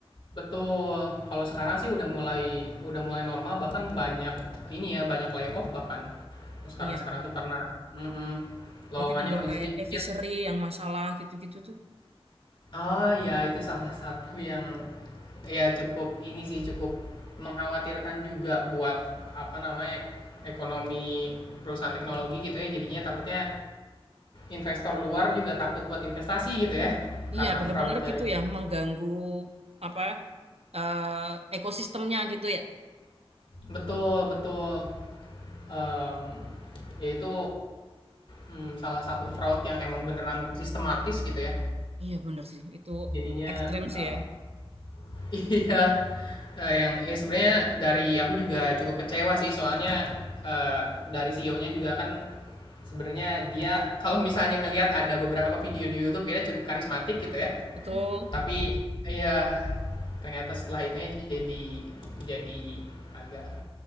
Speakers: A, on the left (about 55°); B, on the right (about 75°).
A: betul kalau sekarang sih udah mulai udah mulai normal bahkan banyak ini ya banyak layoff bahkan sekarang
B: Iya.
A: sekarang tuh karena mm-mm, lowongannya
B: Berarti dengar
A: makin
B: kayak
A: sedikit
B: eh, Fishery yang masalah gitu-gitu tuh.
A: ah ya itu salah satu yang ya cukup ini sih cukup mengkhawatirkan juga buat apa namanya ekonomi perusahaan teknologi gitu ya jadinya takutnya investor luar juga takut buat investasi gitu ya
B: Iya
A: karena
B: dengar
A: fraud
B: dengar
A: dari
B: gitu ya mengganggu apa eh ekosistemnya gitu ya.
A: betul betul Mmm, yaitu, mmm, salah satu fraud yang emang beneran sistematis gitu ya.
B: Iya bener sih, itu
A: Jadinya,
B: ekstrim
A: eee
B: sih ya.
A: <laughs> iya, eee, yang ya sebenarnya dari aku juga cukup kecewa sih soalnya, eee, dari CEO-nya juga kan sebenarnya dia kalau misalnya ngelihat ada beberapa video di YouTube dia cukup karismatik gitu ya,
B: Betul.
A: tapi iya, ternyata setelah itunya jadi jadi agak